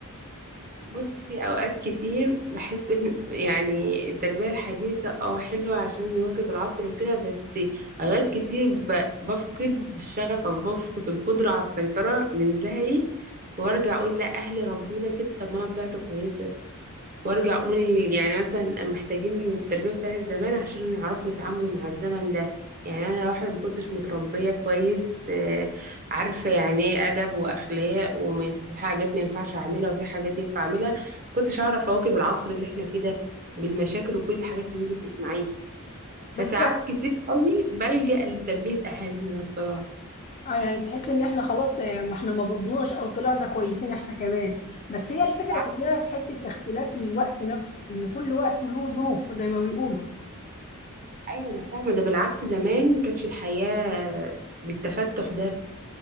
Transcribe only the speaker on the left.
بالظبط
اه يعني تحس ان احنا خلاص آه، ما احنا ما بظناش او طلعنا كويسين احنا كمان بس هي الفكرة
كلها في حتة اختلاف الوقت نفسه ان كل وقت له ظروف زي ما بيقولوا